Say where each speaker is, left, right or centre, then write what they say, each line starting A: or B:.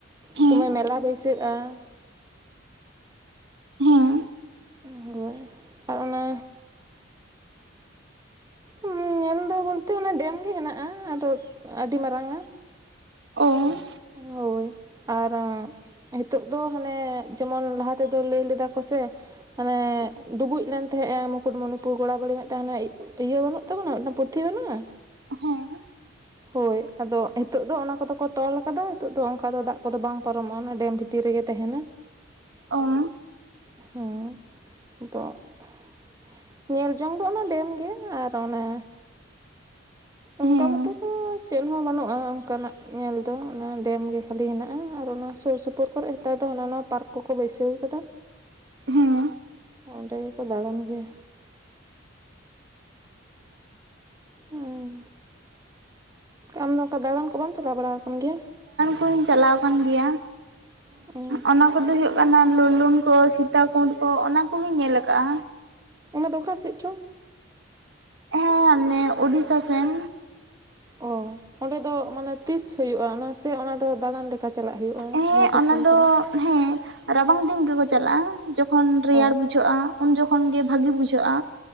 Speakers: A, on the right (about 55°); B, on the right (about 15°).
A: ᱦᱮᱸ
B: ᱥᱚᱢᱚᱭ ᱢᱮᱞᱟ ᱵᱟᱹᱭᱥᱟᱹᱜᱼᱟ᱾
A: ᱦᱮᱸ
B: <unintelligible> ᱟᱨ ᱚᱱᱮ ᱩᱢ ᱧᱮᱞ ᱫᱚ ᱵᱚᱞᱛᱮ ᱚᱱᱮ ᱰᱮᱢ ᱜᱮ ᱦᱮᱱᱟᱜᱼᱟ ᱟᱫᱚ ᱟᱹᱰᱤ ᱢᱟᱨᱟᱝ
A: ᱚ
B: ᱦᱳᱭ ᱟᱨᱟᱸᱜ ᱱᱤᱛᱚᱜ ᱫᱚ ᱦᱟᱱᱮ ᱡᱮᱢᱚᱱ ᱞᱟᱦᱟ ᱛᱮᱫᱚ ᱞᱟᱹᱭ ᱞᱮᱫᱟ ᱠᱚᱥᱮ ᱦᱟᱱᱮ ᱰᱩᱵᱩᱡ ᱞᱮᱱ ᱛᱟᱦᱮᱸᱜᱼᱟ ᱢᱩᱠᱩᱴᱢᱩᱱᱤᱯᱩᱨ ᱜᱚᱲᱟᱵᱟᱹᱲᱤ ᱢᱤᱫᱴᱟᱝ. <unintelligible> ᱤᱭᱟᱹ ᱵᱟᱹᱱᱩᱜ ᱛᱟᱵᱚᱱᱟ ᱢᱤᱫᱴᱟᱝ ᱯᱩᱛᱷᱤ ᱵᱟᱹᱱᱩᱜᱼᱟ
A: ᱦᱮᱸ
B: ᱦᱳᱭ ᱟᱫᱚ ᱱᱤᱛᱚᱜ ᱫᱚ ᱚᱱᱟ ᱠᱚᱫᱚ ᱠᱚ ᱛᱚᱞ ᱟᱠᱟᱫᱟ ᱱᱤᱛᱚᱜ ᱫᱚ ᱚᱱᱠᱟ ᱫᱚ ᱫᱟᱜ ᱠᱚᱫᱚ ᱵᱟᱝ ᱯᱟᱨᱚᱢᱚᱜᱼᱟ ᱚᱱᱟ ᱰᱮᱢ ᱵᱷᱤᱛ ᱛᱤ ᱨᱮᱜᱮ ᱛᱟᱦᱮᱸᱱᱟ
A: ᱚ
B: ᱦᱮᱸ ᱧᱮᱞ ᱡᱚᱝ ᱫᱚ ᱚᱱᱟ ᱰᱮᱢ ᱜᱮ ᱟᱨ ᱚᱱᱟ ᱚᱱᱠᱟ
A: ᱦᱮᱸ
B: ᱢᱚᱛᱚ ᱫᱚ ᱪᱮᱫ ᱦᱚᱸ ᱵᱟᱹᱱᱩᱜᱼᱟ ᱚᱱᱠᱟᱱᱟᱜ ᱧᱮᱞ ᱫᱚ ᱚᱱᱟ ᱰᱮᱢ ᱜᱮ ᱠᱷᱟᱹᱞᱤ ᱦᱮᱸᱱᱟᱜᱼᱟ ᱟᱨ ᱚᱱᱟ ᱥᱩᱨ ᱥᱩᱯ ᱯᱩᱨ ᱠᱚᱨᱮ ᱦᱮᱛᱟᱨ ᱫᱚ ᱦᱟᱱᱟᱼᱱᱟ ᱯᱟᱨᱠ ᱠᱚᱠᱚ ᱵᱟᱹᱭᱥᱟᱹᱣ ᱟᱠᱟᱫᱟ᱾
A: ᱦᱮᱸ
B: ᱚᱸᱰᱮ ᱜᱮᱠᱚ ᱫᱟᱬᱟᱱ ᱜᱮᱭᱟ᱾ ᱩᱸ ᱟᱢ ᱫᱚ ᱚᱱᱠᱟ ᱫᱟᱬᱟᱱ ᱠᱚ ᱵᱟᱢ ᱪᱟᱞᱟᱣ ᱵᱟᱲᱟ ᱟᱠᱟᱱ ᱜᱮᱭᱟ?
A: ᱵᱟᱹᱧ ᱪᱟᱞᱟᱣ ᱟᱠᱟᱱ ᱜᱮᱭᱟ
B: <unintelligible>
A: ᱚᱱᱟ ᱠᱚᱫᱚ ᱦᱩᱭᱩᱜ ᱠᱟᱱᱟ ᱞᱩᱞᱩᱱ ᱠᱚ ᱥᱤᱛᱟ ᱠᱩᱸᱰ ᱠᱚ ᱚᱱᱟ ᱠᱚᱜᱮᱧ ᱧᱮᱞ ᱟᱠᱟᱜᱼᱟ᱾
B: ᱚᱱᱟ ᱫᱚ ᱚᱠᱟ ᱥᱮᱜ ᱪᱚ?
A: ᱦᱮᱸ ᱚᱱᱮ ᱩᱰᱤᱥᱟ ᱥᱮᱱ
B: ᱳ ᱚᱸᱰᱮ ᱫᱚ ᱢᱟᱱᱮ ᱛᱤᱥ ᱦᱩᱭᱩᱜᱼᱟ ᱚᱱᱟ ᱥᱮ ᱚᱱᱟ ᱫᱚ ᱫᱟᱬᱟᱱ ᱞᱮᱠᱟ ᱪᱟᱞᱟᱜ ᱦᱩᱭᱩᱜᱼᱟ?
A: ᱦᱮᱸ
B: ᱡᱟᱦᱟᱸ ᱛᱤᱥ
A: ᱚᱱᱟ
B: ᱜᱮᱢ
A: ᱫᱚ
B: ᱪᱟᱞᱟᱜ
A: ᱦᱮᱸ ᱨᱟᱵᱟᱝ ᱫᱤᱱ ᱜᱮᱠᱚ ᱪᱟᱞᱟᱜᱼᱟ ᱡᱚᱠᱷᱚᱱ ᱨᱮᱭᱟᱲ
B: ᱚ
A: ᱵᱩᱡᱷᱟᱹᱜᱼᱟ᱾ ᱩᱱ ᱡᱚᱠᱷᱚᱱ ᱜᱮ ᱵᱷᱟᱹᱜᱤ ᱵᱩᱡᱷᱟᱹᱜᱼᱟ᱾